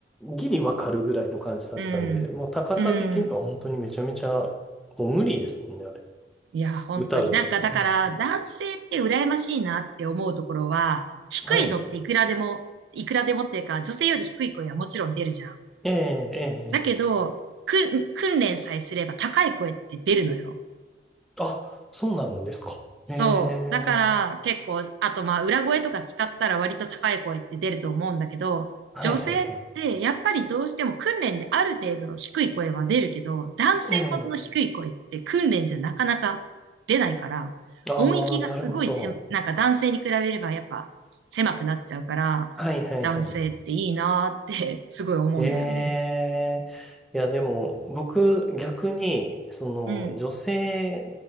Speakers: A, in the centre; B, on the right.
A: ギリ分かるぐらいの感じだったんで、
B: うん、
A: もう高さ的には本当にめちゃめちゃ、
B: うん。
A: もう無理ですもんね、あれ。
B: いや、本当になんかだから男性って羨ましいなって思うところは、
A: 歌うの。うん、
B: 低いのっていくらでも、
A: はい。
B: いくらでもっていうか、女性より低い声はもちろん出るじゃん。
A: ええええええ
B: だけど、くん訓練さえすれば高い声って出るのよ。
A: あ、そうなんですか。
B: そう。
A: ええ
B: だから結構、あとまあ裏声とか使ったら割と高い声って出ると思うんだけど、
A: はいはいはい。
B: 女性ってやっぱりどうしても訓練である程度低い声は出るけど、男性ほどの低い声って訓練じゃなかなか出ないから、
A: ええああ、
B: 音域がすごいせ、
A: なるほど。
B: なんか男性に比べればやっぱ狭くなっちゃうから、
A: はいはいはい。
B: 男性っていいなーって <laughs> すごい思うんだよね。
A: ええ、いや、でも、僕、逆に、その、
B: うん、
A: 女性